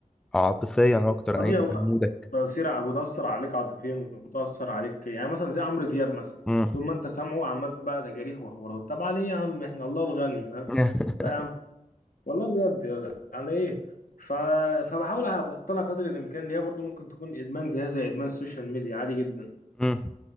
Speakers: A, in the centre; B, on the left.
A: عاطفيا أكتر
B: تضييع
A: أيا
B: وقت
A: كان مودك؟
B: تأثير بتأثر عليك عاطفيا وتأثر عليك يعني مثلا زي عمرو دياب مثلا
A: مم.
B: طول ما انت سامعه عمال بقى تجاريح وحوارات طب عليه يا عم احنا الله الغني فاهم
A: <laughs>
B: لا يا عم والله بجد يعني على ايه ف... فبحاول ابطلها قدر الامكان اللي هي برضو ممكن تكون ادمان زيها زي ادمان السوشيال ميديا عادي جدا
A: مم.